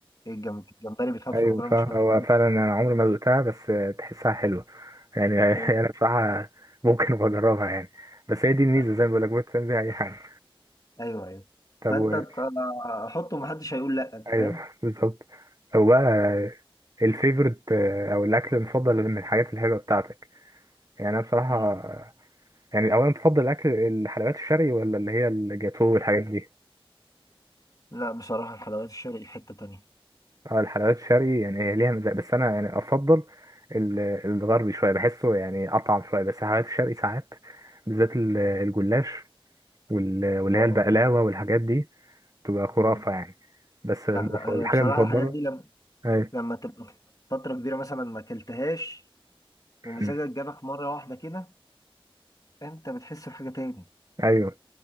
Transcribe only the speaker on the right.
ايوه
صح
هو فعلا
انا عمري ما ذقتها بس آه، تحسها حلوه يعني <laughs>
انا بصراحه ممكن أبقى اجربها يعني بس هي دي الميزه
زي ما بقول لك ممكن تعمل بيها اي حاجه
طب
و...
ايوه
<laughs> بالظبط او بقى الفيفورت او الاكل المفضل من الحاجات الحلوه بتاعتك يعني انا بصراحه
يعني اولا تفضل الاكل الحلويات الشرقي ولا اللي هي الجاتو والحاجات دي
اه الحلويات الشرقي يعني هي ليها مزاج بس انا يعني افضل ال- الغربي شويه بحسه يعني اطعم شويه بس الحلويات الشرقي ساعات بالذات ال- الجلاش وال- واللي
هي البقلاوه والحاجات دي تبقى خرافه
يعني بس المف-
الحاجه
المفضله
ايوه
أمم.
ايوه